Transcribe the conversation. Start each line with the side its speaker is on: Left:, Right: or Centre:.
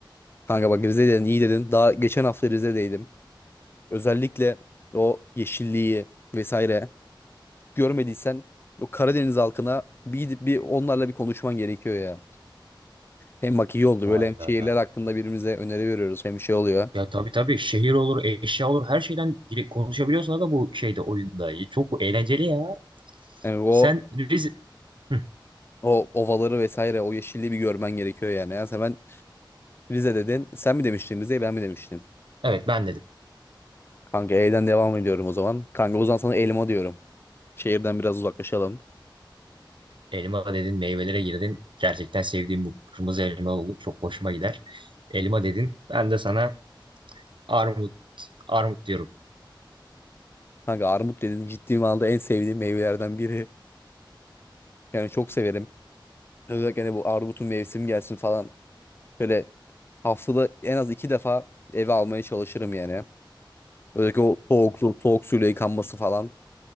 Left: Kanka bak Rize dedin iyi dedin. Daha geçen hafta Rize'deydim. Özellikle o yeşilliği vesaire görmediysen o Karadeniz halkına bir gidip bir onlarla bir konuşman gerekiyor ya. Hem bak iyi oldu
Right: Vay
Left: böyle hem
Right: be
Left: şehirler
Right: be.
Left: hakkında birbirimize öneri veriyoruz hem şey oluyor.
Right: Ya tabii tabii şehir olur, eşya olur. Her şeyden dire- konuşabiliyorsun aga bu şeyde oyunda. Ya Çok eğlenceli ya.
Left: Yani o
Right: Sen Rize... Hı,
Left: o ovaları vesaire o yeşilliği bir görmen gerekiyor yani. Yani sen ben Rize dedin. Sen mi demiştin Rize'yi ben mi demiştim?
Right: evet ben dedim.
Left: Kanka E'den devam ediyorum o zaman. Kanka o zaman sana elma diyorum. Şehirden biraz uzaklaşalım.
Right: Elma dedin, meyvelere girdin. Gerçekten sevdiğim bu kırmızı elma olur. Çok hoşuma gider. Elma dedin. Ben de sana armut, armut diyorum.
Left: Kanka armut dedin ciddi manada en sevdiğim meyvelerden biri. Yani çok severim. Özellikle hani bu armutun mevsim gelsin falan. Şöyle haftada en az iki defa eve almaya çalışırım yani. Özellikle o soğuk, su, soğuk suyla yıkanması falan